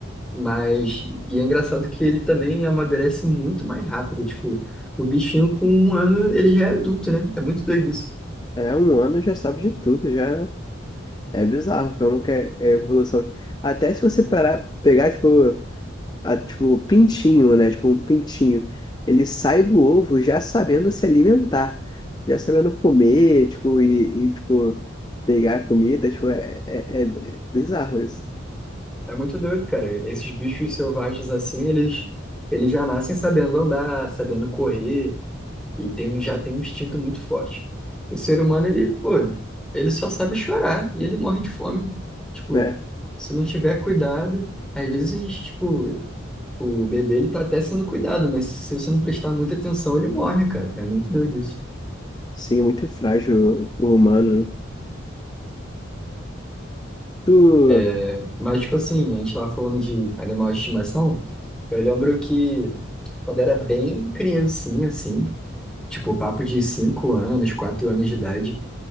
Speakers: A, in the centre; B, on the left.
A: Mas, e é engraçado que ele também amadurece muito mais rápido, tipo, o bichinho com um ano, ele já é adulto, né? É muito doido isso.
B: É, um ano já sabe de tudo, já é bizarro como que é é a evolução. Até se você parar, pegar, tipo, a, tipo, pintinho, né? Tipo, um pintinho. Ele sai do ovo já sabendo se alimentar, já sabendo comer, tipo, e, e, tipo, pegar a comida, tipo, é, é, é bizarro isso,
A: É muito doido, cara. Esses bichos selvagens assim, eles, eles já nascem sabendo andar, sabendo correr. E tem, um- já tem um instinto muito forte. O ser humano, ele, pô, ele só sabe chorar e ele morre de fome. Tipo,
B: né?
A: se não tiver cuidado, às vezes, tipo, o bebê, ele tá até sendo cuidado, mas se você não prestar muita atenção, ele morre, cara. É muito doido isso.
B: Sim, é muito frágil o humano. Tu...
A: É, Mas, tipo assim, a gente tava falando de animal de estimação. Eu lembro que quando era bem criancinha, assim, tipo, papo de 5 anos, 4 anos de idade,